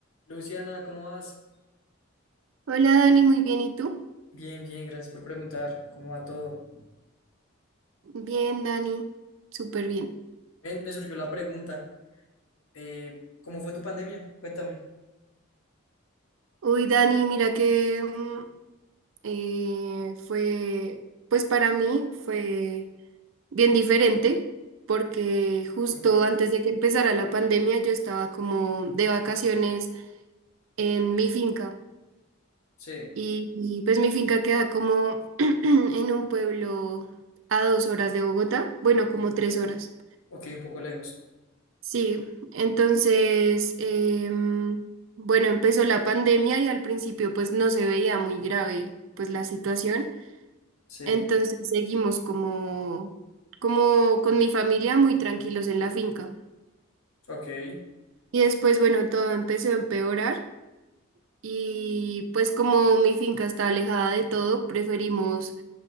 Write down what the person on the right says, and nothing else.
Hola Dani, muy bien, ¿y tú?
Bien, Dani, súper bien.
Uy, Dani, mira que mm, eh, fue, pues para mí fue bien diferente, porque justo
antes de que empezara la pandemia yo estaba como de vacaciones en mi finca
y, y, pues mi finca queda como <clears throat> en un pueblo a dos horas de Bogotá, bueno, como tres horas.
Sí, entonces, em, bueno, empezó la pandemia y al principio pues no se veía muy grave pues la situación.
Entonces seguimos como, como con mi familia muy tranquilos en la finca.
Y después, bueno, todo empezó a empeorar y pues como mi finca está alejada de todo, preferimos